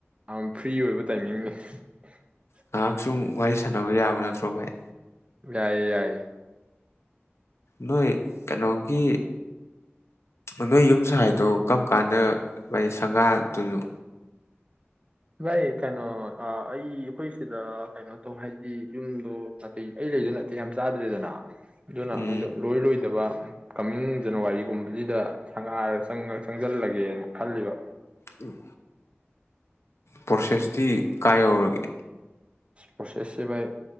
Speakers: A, on the right; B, on the left.
A: ꯌꯥꯝ ꯐ꯭ꯔꯤ ꯑꯣꯏꯕ ꯇꯥꯏꯃꯤꯡꯅꯤ <unintelligible>
B: ꯉꯥꯏꯍꯥꯛ ꯁꯨꯝ ꯋꯥꯔꯤ ꯁꯥꯟꯅꯕ ꯌꯥꯕ ꯅꯠꯇ꯭ꯔꯣ ꯚꯥꯏ
A: ꯌꯥꯑꯌꯦ ꯌꯥꯏ
B: ꯅꯣꯏ ꯀꯩꯅꯣꯒꯤ ꯅꯣꯏ ꯌꯨꯝ ꯁꯥꯏꯗꯣ ꯀꯔꯝ ꯀꯥꯟꯗ ꯃꯣꯏ ꯁꯪꯒꯥꯗꯨꯅꯣ
A: ꯚꯥꯏ ꯀꯩꯅꯣ ꯑꯩ ꯑꯩꯈꯣꯏ ꯁꯤꯗ ꯀꯩꯅꯣ ꯇꯧ ꯍꯥꯏꯗꯤ ꯌꯨꯝꯗꯣ ꯅꯥꯇꯩ ꯑꯩ ꯂꯩꯗꯣ ꯅꯠꯇꯦ ꯌꯥꯝ ꯆꯥꯗ꯭ꯔꯦꯗꯅ ꯑꯗꯨꯅ
B: ꯎꯝ
A: ꯍꯥꯏꯗꯣ ꯂꯣꯏꯔꯣꯏꯗꯕ ꯀꯃꯤꯡ ꯖꯅꯋꯥꯔꯤꯒꯨꯝꯕꯁꯤꯗ ꯁꯪꯒꯥꯔ ꯆꯪꯉ ꯆꯪꯁꯤꯜꯂꯒꯦꯅ ꯈꯜꯂꯤꯕ
B: ꯎꯝ ꯄ꯭ꯔꯣꯁꯦꯁꯇꯤ ꯀꯥꯏ ꯌꯧꯔꯒꯦ
A: ꯄ꯭ꯔꯣꯁꯦꯁꯁꯦ ꯚꯥꯏ